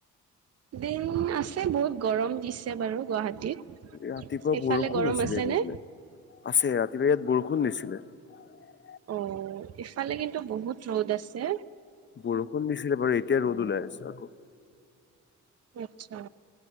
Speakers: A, on the right (about 55°); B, on the left (about 40°).
A: দিন আছে বহুত গৰম দিছে বাৰু গুৱাহাটীত।
B: ৰাতিপুৱা
A: সেইফালে
B: বৰষুণ
A: গৰম
B: আাছিলে
A: আছে
B: গৈ
A: নে?
B: পেলাই আছে ৰাতিপুৱা ইয়াত বৰ <unintelligible>
A: অ', ইফালে কিন্তু বহুত ৰ'দ আছে।
B: বৰষুণ দিছিলে বাৰু এতিয়া ৰ'দ ওলাই আছে আকৌ।
A: আতছা।